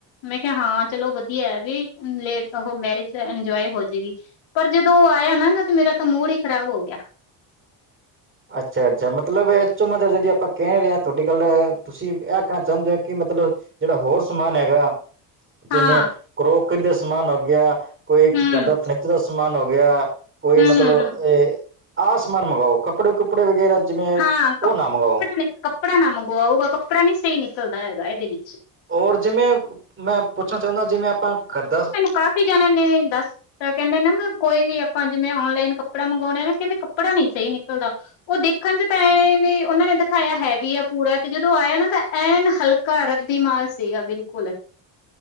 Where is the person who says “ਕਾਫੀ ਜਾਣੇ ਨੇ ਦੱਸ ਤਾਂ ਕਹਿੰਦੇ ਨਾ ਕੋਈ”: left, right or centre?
Left